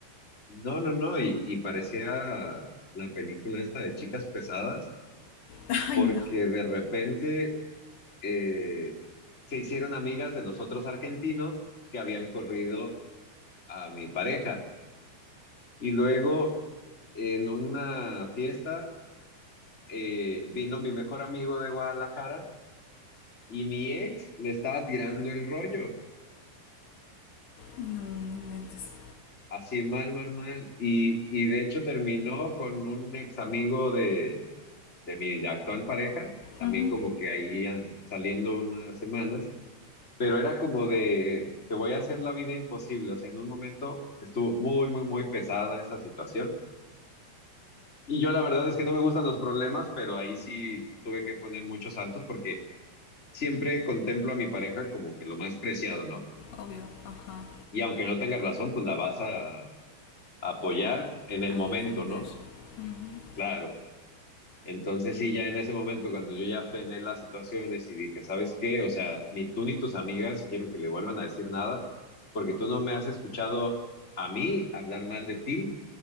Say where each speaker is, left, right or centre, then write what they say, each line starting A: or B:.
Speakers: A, on the left (about 15°); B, on the left (about 65°).
A: No, no, no, y, y parecía la película esta de chicas pesadas,
B: Ay,
A: porque
B: no,
A: de repente eh, se hicieron amigas de los otros argentinos que habían corrido a mi pareja. Y luego en una fiesta eh, vino mi mejor amigo de Guadalajara y mi ex le estaba tirando el rollo.
B: no, no me mentes.
A: así mal, mal, mal. Y, y de hecho terminó con un ex amigo de, de mi actual pareja, también
B: Uh -huh.
A: como que ahí an- saliendo unas semanas, pero era como de, te voy a hacer la vida imposible. O sea, en un momento estuvo muy, muy, muy pesada esa situación. Y yo la verdad es que no me gustan los problemas, pero ahí sí tuve que poner muchos saltos porque siempre contemplo a mi pareja como que lo más preciado, ¿no?
B: obvio, ajá,
A: Y aunque no tenga razón, pues la vas a a apoyar en el
B: a
A: momento,
B: defender.
A: ¿no?
B: Ujú.
A: Claro. Entonces sí, ya en ese momento, cuando yo ya frené las situaciones y dije, ¿sabes qué? O sea, ni tú ni tus amigas quiero que le vuelvan a decir nada, porque tú no me has escuchado a mí hablar mal de ti